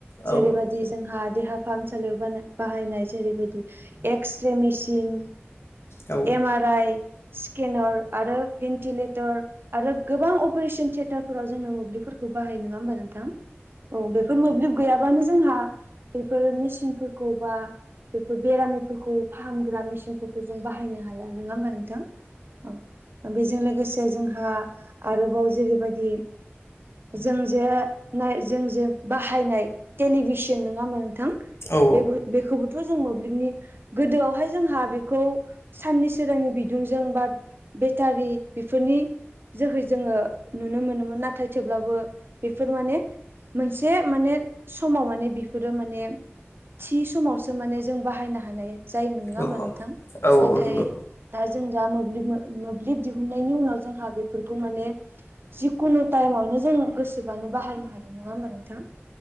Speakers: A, on the left (about 70°); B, on the right (about 55°).
A: औ
B: जेरैबादि जोंहा देहा फाहामसालियाव बानाय-बाहायनाय जेरैबायदि एक्सरे मेसिन
A: औ
B: एम आर आइ स्केनार आरो भेन्टिलेटर आरो गोबां अपारेशन थियेटार फोराव जोंनो मोब्लिबफोर खौ बाहायो होमबा नोंथां औ बेफोर मोब्लिब गैयाब बानो जोंहा बेफोर मेसिनफोरखौ बा बेफोर बेरामिफोरखौ फाहामग्रा मेसिनफोरखौ जों बाहायनो हाया नङा होमबा नोंथां? बिथां औ बेजों लोगोसे जों आरोबाव जेरैबायददि जों जेनाय जों जे बाहायनाय टेलिभिसन नङामोन थां
A: औ
B: बेबो -बेखौबोथ' जों मोब्लिबनि गोदोआवहाय जोंहा बेखौ साननि सोरांनि बिदुंजों बा बेटारि बेफोरनि जोहै जोङो नुनो मोनोमोन नाथाय थेवब्लाबो बेफोर माने मोनसे माने समाव माने बेफोरो माने थि समावसो माने जों बाहायनो हा हानाय जायोमोन नङा
A: औ
B: होमबा नोंथां
A: औ औ
B: नाथाय
A: नंगौ
B: दा जों दा मोब्लिब मो मोब्लिब दिहुननायनि उनाव जोंहा बेफोरखौ माने जिखुनु टाइमावनो जों गोसोबानो बाहायनो हायो नङा होमबा नों थां